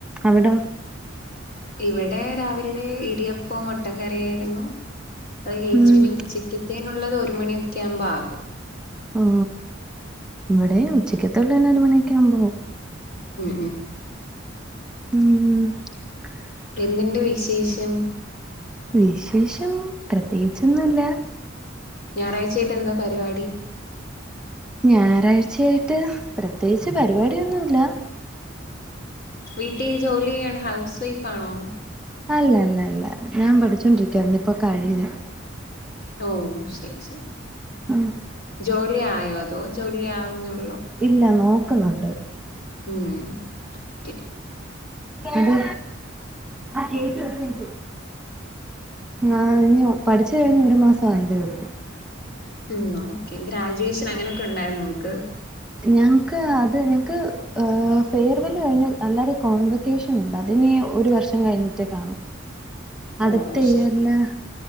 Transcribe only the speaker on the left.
ഇവിടെ രാവിലെ ഇടിയപ്പം മൊട്ടക്കറിയാരുന്നു. അത് കഴിച്ചു
ഇനി ഉച്ചക്കത്തേനൊള്ളത് ഒരു മണിയൊക്കെയാമ്പം ആവും.
ഉം
ഉം
എന്തിണ്ട് വിശേശം?
ഞാറാഴ്ചായായിട്ടെന്താ പരിവാടി?
വീട്ടി ജോലി ചെയ്യാണ് ഹൗസ് വൈഫാണോ?
ഓഹ് ശെരി ശെരി.
ജോലി ആയോ അതോ ജോലി ആവ്ന്നൊ
ഉം ഓക്കെ
ഉം ഓക്കെ ഗ്രാജുവേഷൻ അങ്ങനെയൊക്കെ ഉണ്ടായിരുന്നൊ നിങ്ങക്ക്
ഓ ശരി